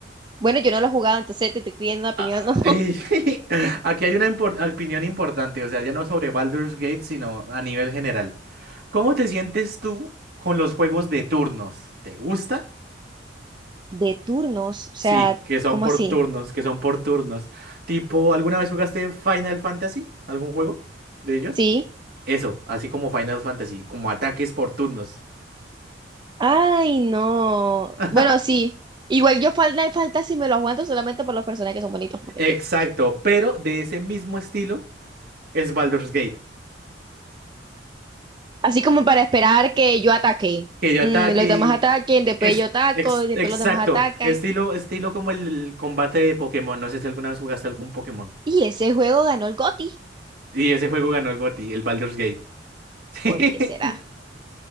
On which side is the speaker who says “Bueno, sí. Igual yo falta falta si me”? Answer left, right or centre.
Right